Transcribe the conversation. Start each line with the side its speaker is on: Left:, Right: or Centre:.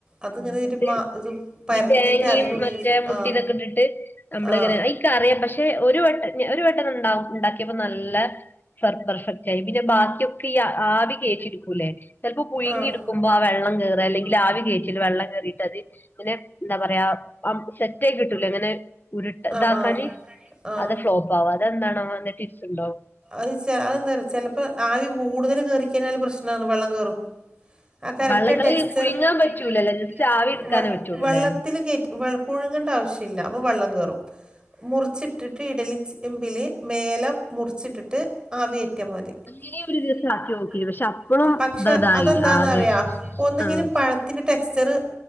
Right: അത്ങ്ങനെ
Left: എന്നിട്ട്
Right: ഒര് മാ <unintelligible>
Left: ഈ തേങ്ങെയും
Right: അതിൻ്റെ ഉള്ളിൽ
Left: മറ്റേ മുട്ടിതൊക്കെ
Right: ആഹ്
Left: ട്ട് ട്ട് അമ്പ്ള്ങ്ങനെ
Right: ആഹ്
Left: അയ്ക്കറിയാ പഷെ ഒരു വട്ട <unintelligible> ഒര് വട്ടംണ്ടാവു ണ്ടാക്കിയപ്പ നല്ല ഫെർ പെർഫെക്റ്റായി. പിന്നെ ബാക്കിയൊക്കെ ഈ ആ ആവി കേറ്റി ഇട് ടൂലെ, ചെൽപ്പ പുഴുങ്ങിട്ക്കുമ്പൊ
Right: ആഹ്
Left: ആ വെള്ളം കേറ അല്ലെങ്കില് ആവി കേറ്റില് വെള്ളം കേറീട്ട് അത് ഇങ്ങനെ ന്താ പറയാ അം സെറ്റായി കിട്ടൂലെങ്ങനെ ഉരുട്ട
Right: ആഹ്
Left: താക്കാന്.
Right: ആഹ് ആഹ്
Left: അത് ഫ്ലോപ്പാവ. അതെന്താണാവോ ന്തേ ടിപ്സ്ണ്ടോ?
Right: അഹ്ച്ച അഅ് ന്താറിയോ ചെലപ്പ ആവി കൂടുതല് കേറിക്കയ്ഞ്ഞാല് പ്രശ്നാന്ന് വെള്ളം കേറും. ആ കറക്റ്റ്
Left: വള്ളങ്ങള്
Right: ആ ടെക്സ്ചറ്
Left: പുഴുങ്ങാൻ
Right: വെള്ളത്തില്
Left: പറ്റൂലല്ലേ ജസ്റ്റ് ആവി
Right: പുഴുങ്ങാൻ
Left: എടുക്കാനേ
Right: പറ്റൂലലേ <inaudible>
Left: പറ്റുള്ളൂല്ലേ
Right: വെള്ളത്തില് ക്കേറ്റ് വെള പുഴുങ്ങണ്ട ആവശ്യല്ല, അപ്പം വെള്ളം കേറും. മുറിച്ചിട്ട്ട്ട് ഇഡ്ഡലി ചെമ്പില് മേല മുർച്ചിട്ട്ട്ട് ആവികേറ്റ്യാമതി.
Left: ഇനി ഒരു ദിവസം
Right: <inaudible>
Left: ആക്കി നോക്കി പക്ഷെ അപ്പഴും
Right: പക്ഷാ
Left: ഇതായി
Right: അതെന്താന്നറിയാ
Left: ആകെ
Right: ഒന്നെങ്കില്
Left: ആഹ്
Right: പഴത്തിന് ടെക്സ്ചറ്.